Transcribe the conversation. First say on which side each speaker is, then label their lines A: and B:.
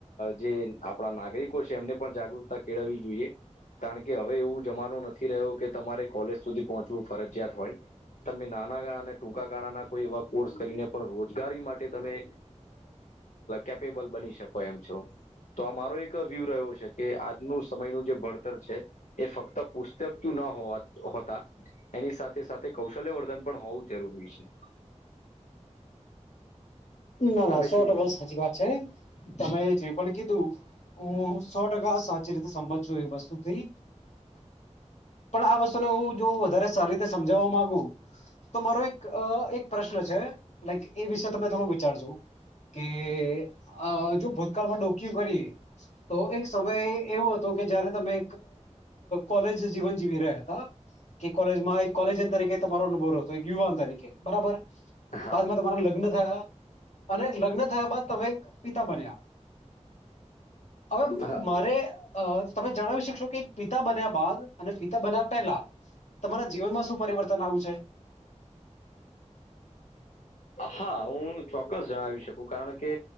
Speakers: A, on the left; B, on the left.
A: જે આપણા નાગરિક એમને પણ જાગૃતતા કેળવવી જોઈએ કારણ કે હવે એવું જમાનું નથી રહ્યો કે તમારે કોલેજ સુધી પહોંચવું ફરજિયાત હોય તમે નાના અને ટૂંકા ગાળાના કોઈ એવા કોર્સ કરીને પણ રોજગારી માટે તમે કેપેબલ બની શકો એમ છો તો આ મારો એક વ્યુ રહ્યો છે કે આજનું સમયનું જે ભણતર છે એ ફક્ત પુસ્તકયું ના હો હોતા એની સાથે સાથે કૌશલ્યવર્ધન પણ હોવું જરૂરી છે.
B: ના
A: તમે
B: ના સો
A: શું
B: ટકા સાચી વાત છે તમે જે પણ કીધું હું સો ટકા સાચી રીતે સંભજ છું એ વસ્તુ થી પણ આ વસ્તુને હું જો વધારે સારી રીતે સમજવા માંગ તો મારો એક <inaudible> એક પ્રશ્ન છે. લાઈક એ વિશે ત થોડું જો ભૂતકાળમાં ડોકી કરી તો એક સમય એવો હતો કે જયારે તમે કોલેજ જીવન જીવી રહ્યા હતા કે કોલેજમાં એક કોલેજયન તરીકે તમારો અનુભવ હતો યુવાન તરીકે બરાબર.
A: હા
B: બાદમાં તમારા લગ્ન થયા અને લગ્ન થયા બાદ તમે એક પિતા બન્યા. હવે
A: હા
B: મારે અ તમે જણાવી શકશો કે એક પિતા બન્યા બાદ અને પિતા બન્યા પહેલા તમારા જીવનમાં શું પરિવર્તન આવ્યું છે.
A: હા હું ચોક્કસ જણાવી શક કારણ કે